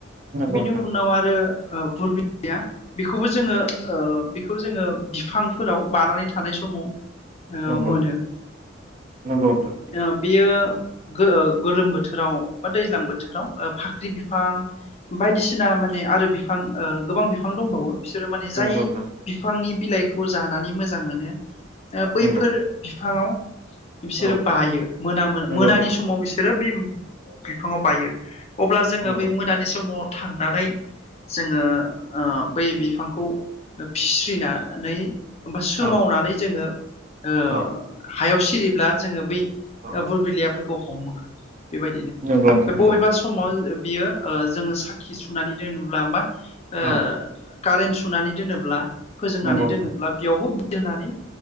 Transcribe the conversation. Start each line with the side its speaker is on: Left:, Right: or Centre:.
Right: नंगौ
Left: बेनि उनाव आरो ओ फुरबिया बेखौबो जोङो ओ खौ जोंओ बिफांफोराव बानानै थानाय समाव ओ
Right: नंगौ
Left: मोनो
Right: नंगौ नोंथां
Left: ओम बेयो गो गोलोम बोथोराव बा दैज्लां बोथोराव ओ फाख्रि बिफां बायदिसिना माने आरो बिफां ओ गोबां बिफां दंबावो बिसोरो माने
Right: नंगौ
Left: जाय
Right: नोंथां नंगौ नोंथां औ नंगौ नोंथां
Left: बिफांनि बिलाइखौ जानानै मोजां मोनो आ बैफोर
Right: नंगौ नोंथां नंगौ
Left: बिफाङाव बिसोरो
Right: औ
Left: बायो मोनामो
Right: नंगौ
Left: मोनानि
Right: नोंथां
Left: समाव बिसोरो बै बिफाङाव बायो। अब्ला जोङो
Right: नंगौ
Left: बै मोनानि समाव थांनानै जोङो ओ बै बिफांखौ फिस्रिनानै होमबा सोमावनानै।
Right: औ
Left: जोंओ‌। ओ।
Right: औ
Left: हायाव सिरिब्ला जोङो बै
Right: औ
Left: बुर बिलिइयाफोरखौ हमो। बेबायदिनो
Right: नंगौ नोंथां
Left: बे
Right: नंगौ
Left: बबेबा समाव बियो जोङो ओ साखि सुनानै दोनोब्ला मा ओ
Right: औ
Left: कारेनस सुनानै दोनोब्ला फोजोंनानै
Right: नंगौ
Left: दोनोब्ला
Right: नोंथां
Left: बेयावबो दोनानै।